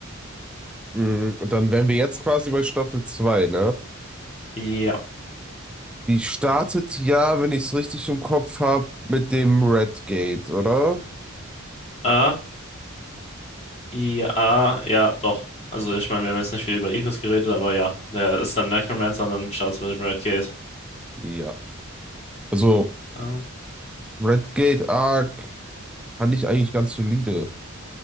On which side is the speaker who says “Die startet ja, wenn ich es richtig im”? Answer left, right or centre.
Centre